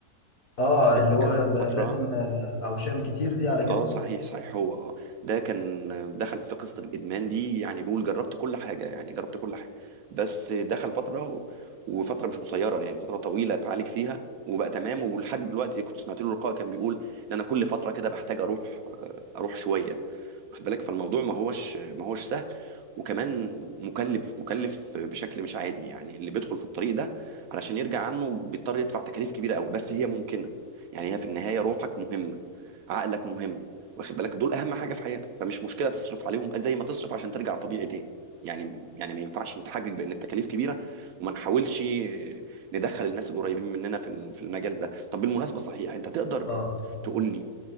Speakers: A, on the left; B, on the right.
A: اه
B: يعني
A: اللي هو
B: كانت من
A: برسم
B: فترة
A: آه، أوشام كتير دي على جسمه
B: اه صحيح صحيح هو اه ده كان دخل في قصة الإدمان دي يعني بيقول جربت كل حاجة يعني جربت كل حاجة بس دخل فترة و... وفترة مش قصيرة يعني فترة طويلة اتعالج فيها وبقى تمام ولحد دلوقتي كنت سمعت له لقاء كان بيقول ان انا كل فترة كده بحتاج اروح آه، اروح شوية واخد بالك فالموضوع ما هوش ما هوش سهل وكمان مكلف مكلف بشكل مش عادي يعني اللي بيدخل في الطريق ده علشان يرجع عنه بيضطر يدفع تكاليف كبيره قوي بس هي ممكنه يعني هي في النهايه روحك مهمه عقلك مهم واخد بالك دول اهم حاجه في حياتك فمش مشكله تصرف عليهم زي ما تصرف عشان ترجع طبيعي تاني يعني يعني ما ينفعش نتحجج بان التكاليف كبيره وما نحاولش ندخل الناس القريبين مننا في ال- في المجال ده طب بالمناسبه صحيح انت تقدر
A: اه
B: تقول لي